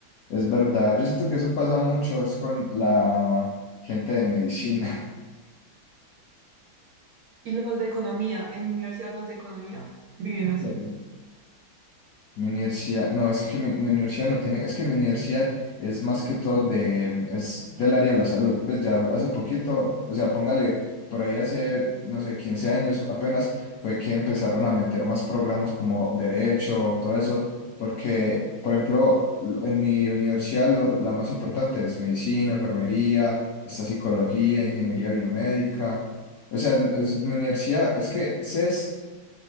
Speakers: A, on the left; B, on the right.
A: Es verdad, yo siento que eso pasa mucho es con la gente de medicina.
B: Y los de economía, en mi universidad los de economía viven
A: <laughs>
B: así.
A: Mi universidad, no, es que mi, mi universidad no tiene, es que mi universidad es más que todo de, es del área de la salud, pues ya hace poquito, o sea, póngale, por ahí hace, no sé, 15 años apenas fue que empezaron a meter más programas como derecho, todo eso, porque, por ejemplo, lo- en mi universidad lo, la más importante es medicina, enfermería, hasta psicología, ingeniería biomédica, o sea, es, mi universidad, es que CES